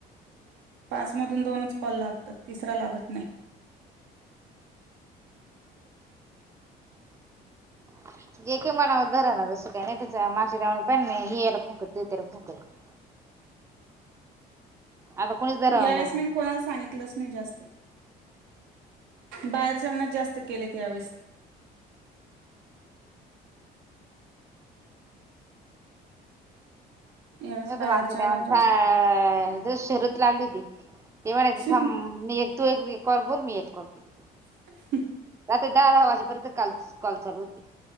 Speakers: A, on the right; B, on the right.
A: पाच मधून दोनच कॉल लागतात, तिसरा लागत नाही.
B: <unintelligible> <inaudible> आता कोणीच धरावं
A: यावेळेस
B: म्हणा
A: मी कोणाला सांगितलंच नाही जास्त. बाहेरच्याना जास्त केले या वेळेस. यावेळेस
B: <unintelligible>
A: बाहेरच्यांनाच जास्त
B: <inaudible> ते म्हणायचे
A: केले.
B: थांब मी एक तू एक कॉल कर मी एक कॉल करतो.
A: <unintelligible>
B: ते दहा- दहा वाजेपर्यंत काल कॉल चालू होते.